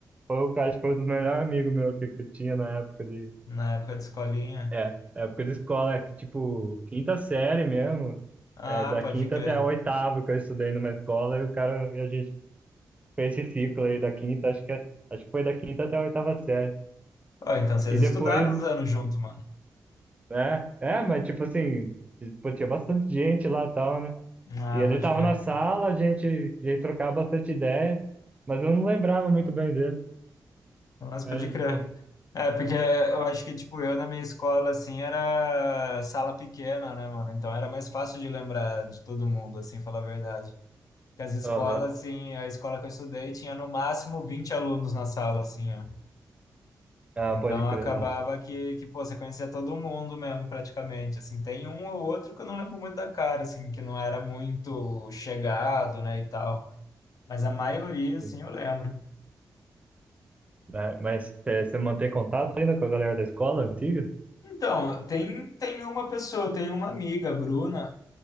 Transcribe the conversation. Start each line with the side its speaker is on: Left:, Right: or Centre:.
Right: foi o cara, acho que foi um dos melhores amigos meu que, que eu tinha na época de...
Left: na época de escolinha.
Right: É, época de escola, é que, tipo, quinta série mesmo.
Left: Ah,
Right: É, da
Left: pode
Right: quinta
Left: crer.
Right: até a oitava que eu estudei numa escola. E o cara, e a gente fez esse ciclo aí da quinta, acho que, é- acho que foi da quinta até a oitava série.
Left: Ó, então vocês
Right: E depois,
Left: estudaram uns anos junto, mano.
Right: né? É, mas tipo assim, pô, tinha bastante gente lá e tal, né?
Left: Ah,
Right: E ele
Left: pode
Right: tava
Left: crer.
Right: na sala, a gente, a gente trocava bastante ideia, mas eu não lembrava muito bem dele.
Left: Nossa,
Right: Aí,
Left: pode crer.
Right: pô,
Left: É, porque eu acho que, tipo, eu na minha escola, assim, era sala pequena, né, mano? Então era mais fácil de lembrar de todo mundo, assim, falar a verdade. Porque as escolas,
Right: aham.
Left: assim, a escola que eu estudei tinha no máximo 20 alunos na sala, assim, ó.
Right: Ah,
Left: Então
Right: pode crer.
Left: acabava
Right: É,
Left: que, que pô, você conhecia todo mundo mesmo, praticamente. Assim, tem um ou outro que eu não lembro muito da cara, assim, que não era muito chegado, né, e tal. Mas a maioria, assim,
Right: sim.
Left: eu lembro.
Right: Né? Mas você mantém contato ainda com a galera da escola antiga?
Left: Então, tem, tem uma pessoa, tem uma amiga, a Bruna,